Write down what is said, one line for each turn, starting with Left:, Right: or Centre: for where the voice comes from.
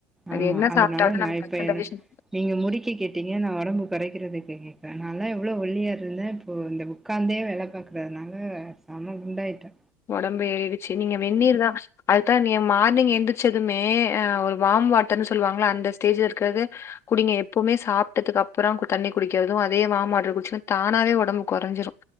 Left: அது
Centre: ஆமா
Left: என்ன
Centre: அதனால
Left: சாப்ட்டாலும்
Centre: நா
Left: நமக்கு
Centre: இப்ப
Left: டக்குனு
Centre: என்ன
Left: டைஜஷன்
Centre: நீங்க முடிக்க கேட்டிங்க நா ஒடம்ப கொறைக்றதுக் கு கேக்ற நாலா எவ்ளோ ஒல்லியா இருந்த இப்போ இந்த உக்காந்தே வேல பாக்குறதுனால செம குண்டாயிட்ட
Left: ஒடம்பு ஏறிருச்சு நீங்க வென்னீர்தா அதுதா நீங்க மார்னிங் எந்திரு ச்சுதுமே ஒரு வாம் வாட்டர்னு சொல்வாங்கள அந்த ஸ்டேஜ்ல இருக்கறத குடிங்க எப்பவுமே சாப்ட்டதுக் கப்பற தண்ணி குடிக்கிறது அதே வாம் வாட்டர் குடிச்சுனு தானாவே ஒடம்பு கொறஞ்சிரு